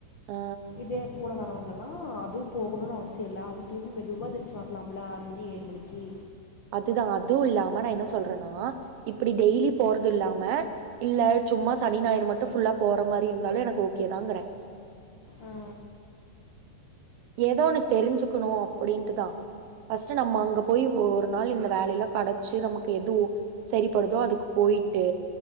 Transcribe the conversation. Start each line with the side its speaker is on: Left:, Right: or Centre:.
Right: ஆ
Left: இதே கூட வரவங்கலா அதுவு போகணுனு அவசியோ இல்ல அவுங்க தூங்கி மெதுவா எந்திரிச்சு வரலாம்ல ஆறு மணி ஏழு மணிக்கு
Right: அதுதா அதுவு இல்லாம நா என்ன சொல்றேன்னா இப்டி டெய்லி போறது இல்லாம இல்ல சும்மா சனி ஞாயிறு மட்டு ஃபுல்லா போற மாதிரி இருந்தாலு எனக்கு ஓகே தாங்குற
Left: அ அ
Right: ஏதோ ஒன்னு தெரிஞ்சுக்குணு அப்டின்யிட்டுதா ஃபர்ஸ்ட்டு நம்ம அங்க போய் ஒரு நாள் இந்த வேல எல்லா கெடச்சு நமக்கு எத ஓக் சேரிப்படுதோ அதுக்கு போயிட்டு